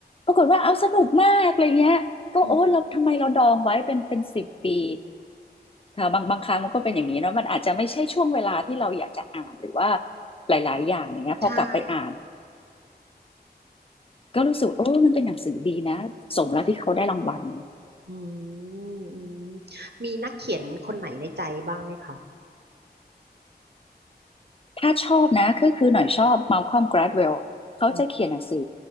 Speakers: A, on the left; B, on the right.
A: ปรากฏว่าเอาสนุกมากอะไรเงี้ยก็โอ้เราทำไมเราดองไว้เป็นเป็นสิบปี
B: อืม
A: ค่ะบางบางครั้งมันก็เป็นอย่างนี้เนาะมันอาจจะไม่ใช่ช่วงเวลาที่เราอยากจะอ่านหรือว่าหลายๆอย่างอย่างเงี้ยพอกลับไปอ่าน
B: ใช่
A: ก็รู้สึกเออมันเป็นหนังสือดีนะสมแล้วที่เขาได้รางวัล
B: อืมอืมมีนักเขียนคนไหนในใจบ้างไหมคะ
A: ถ้าชอบนะก็คือหน่อยชอบมัลคอมก g า d w e ลเขาจะเขียนหนังสือ
B: อืม